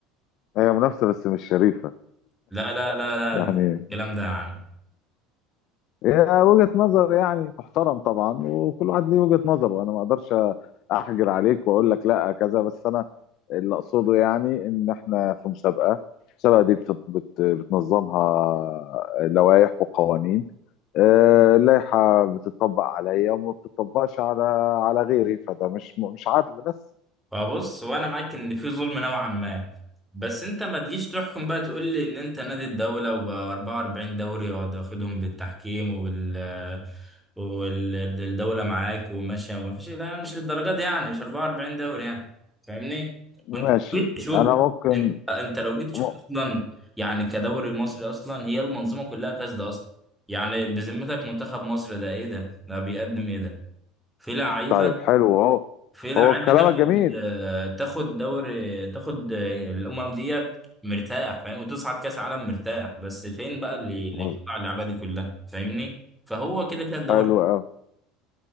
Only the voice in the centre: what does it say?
لا لا لا لا
الكلام ده يا عم
فبص وانا معاك ان في ظلم نوعا ما بس انت ما تجيش تحكم بقى تقول لي ان انت نادي الدولة وبقى 44 دوري واخدهم بالتحكيم وبال والدولة معاك وماشية وما فيش لا مش للدرجة دي يعني مش 44 دوري يعني فاهمني
وانت لو جيت تشوف
انت انت لو جيت تشوف
اصلا يعني كدوري مصري اصلا هي المنظومة كلها فاسدة اصلا يعني بذمتك منتخب مصر ده ايه ده ده بيقدم ايه ده في لعيبة
في لعيبه
تاخد
آه، تاخد دوري تاخد آه، الامم ديت مرتاح فاهم وتصعد كاس عالم مرتاح بس فين بقى اللي اللي
تطلع اللعبه دي كلها فاهمني فهو كده كده الدوري